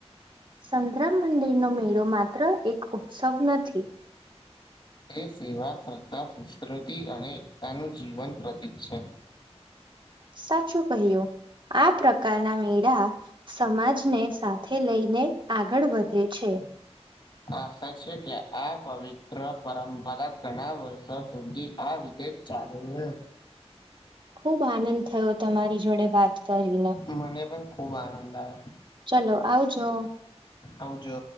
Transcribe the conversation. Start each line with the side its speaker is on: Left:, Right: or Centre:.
Right: સંતરમ મંદિરનો મેળો માત્ર એક ઉત્સવ નથી.
Left: તે સેવા, શ્રદ્ધા, સંસ્કૃતિ અને એકતાનું જીવન પ્રતીક છે.
Right: સાચું કહ્યું, આ પ્રકારના મેળા સમાજને સાથે લઈને આગળ વધે છે.
Left: આશા છે કે, આ પવિત્ર પરંપરા ઘણા વર્ષો સુધી આ રીતે ચાલ અવે.
Right: ખુબ આનંદ થયો તમારી જોડે વાત કરીને.
Left: મને પન ખુબ આનંદ આયો.
Right: ચલો, આવજો.
Left: આવજો.